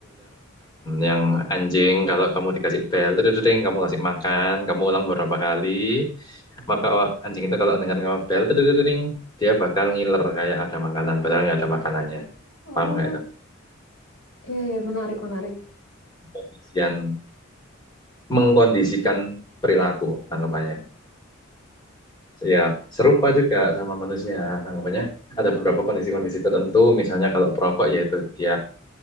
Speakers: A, on the left (about 20°); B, on the left (about 85°).
A: yang anjing kalau kamu dikasih bel, dring, kamu kasih makan, kamu ulang beberapa kali, maka anjing itu kalau dengar kamu bel, dring, dia bakal ngiler kayak ada makanan, padahal nggak ada makanannya.
B: Oh,
A: Paham nggak itu?
B: iya iya menarik menarik.
A: Pengkondisian, mengkondisikan perilaku, anggapannya ya serupa juga sama manusia. Nah, makanya ada beberapa kondisi-kondisi tertentu, misalnya kalau perokok yaitu dia